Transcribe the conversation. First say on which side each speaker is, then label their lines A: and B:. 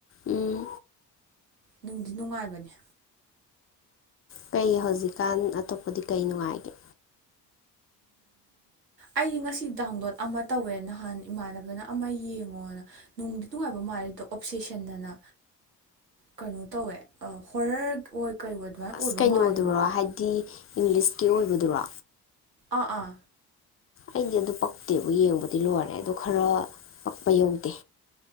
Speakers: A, on the left (about 30°); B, on the right (about 90°).
A: ꯎꯝ
B: ꯅꯨꯡꯗꯤ ꯅꯨꯡꯉꯥꯏꯕꯅꯦ
A: ꯀꯩ ꯍꯧꯖꯤꯛꯀꯥꯟ ꯑꯇꯣꯞꯄꯗꯤ ꯀꯩ ꯅꯨꯡꯉꯥꯏꯒꯦ
B: ꯑꯩ ꯉꯁꯤ ꯗꯥꯎꯟꯂꯣꯗ ꯑꯃ ꯇꯧꯋꯦ ꯅꯍꯥꯟ ꯏꯃꯥꯟꯅꯕꯅ ꯑꯃ ꯌꯦꯡꯉꯣꯅ ꯅꯨꯡꯗꯤ ꯅꯨꯡꯉꯥꯏꯕ ꯃꯥꯜꯜꯂꯤꯗꯣ ꯑꯣꯞꯁꯦꯁꯟꯅꯅ ꯀꯩꯅꯣ ꯇꯧꯋꯦ ꯍꯣꯔꯔ ꯑꯣꯏ ꯀꯩ ꯑꯣꯏ ꯑꯗꯨꯃꯥꯏꯅ
A: ꯑꯁ
B: ꯑꯣꯏꯕ
A: ꯀꯩꯅꯣꯗꯨꯔꯣ
B: ꯃꯥꯜꯂꯦꯕꯀꯣ
A: ꯍꯥꯏꯕꯗꯤ ꯏꯪꯂꯤꯁꯀꯤ ꯑꯣꯏꯕꯗꯨꯔꯣ
B: ꯑ ꯑꯥ
A: ꯑꯩꯗꯤ ꯑꯗꯨ ꯄꯛꯇꯦꯕ ꯌꯦꯡꯕꯗꯤ ꯂꯣꯏꯔꯦ ꯑꯗ ꯈꯔ ꯄꯛꯄ ꯌꯧꯗꯦ